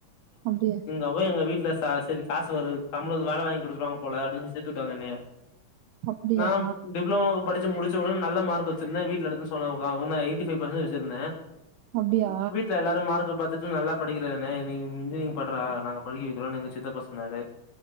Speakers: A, on the right (about 80°); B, on the left (about 65°).
A: அப்டியா
B: அப்போ எங்க வீட்ல ச செரி காசு வருது சம்பளத்துக்கு வேல வாங்கி குடுத்துருவாங்க போல அப்டின்னு சேத்து விட்டாங்க என்னைய
A: அப்டியா
B: நா டிப்ளோமா படிச் சி முடிச்ச உடனே நல்ல மார்க் வச்சிருந்த வீட்ல எது சொல்ல கா நா எயிட்டி ஃபைவ் பர்சன்டேஜ் வச்சிருந்த
A: அப்டியா
B: வீட்ல எல்லாரு மார்க்க பாத்து ட்டு நல்லா படிக்கிறதான நீ இன்ஜினியரிங் பட்றா நாங்க படிக்க வைக்கிறோனு எங்க சித்தப்பா சொன்னாரு